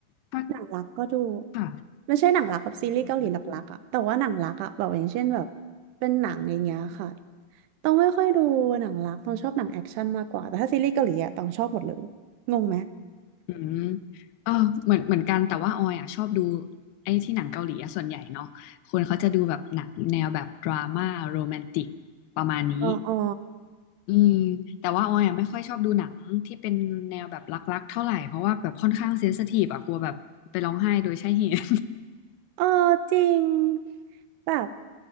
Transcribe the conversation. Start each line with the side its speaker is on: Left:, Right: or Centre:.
Left: ถ้า
Right: หนังรักก็ดู
Left: ค่ะ
Right: ไม่ใช่หนังรักกับซีรีส์เกาหลีหลักๆอ่ะแต่ว่าหนังรักอ่ะแบบอย่างเช่นแบบ
Left: อืม
Right: เป็นหนังอย่างเงี้ยค่ะตองไม่ค่อยดูหนังรักตองชอบหนังแอคชั่นมากกว่าแต่ถ้าซีรีส์เกาหลีอ่ะตองชอบหมดเลยงงไหม
Left: อืมเออเหมือนเหมือนกันแต่ว่าออยอ่ะชอบดูไอ้ที่หนังเกาหลีอะส่วนใหญ่เนาะคนเขาจะดูแบบหนังแนวแบบดราม่าโรแมนติกประมาณนี้
Right: อ๋ออ๋อ
Left: อืมแต่ว่าออยอ่ะไม่ค่อยชอบดูหนังที่เป็นแนวแบบรักๆเท่าไหร่เพราะว่าแบบค่อนข้างเซนซิทีฟอะกลัวแบบไปร้องไห้โดยใช่เหตุ
Right: เออจริงแบบ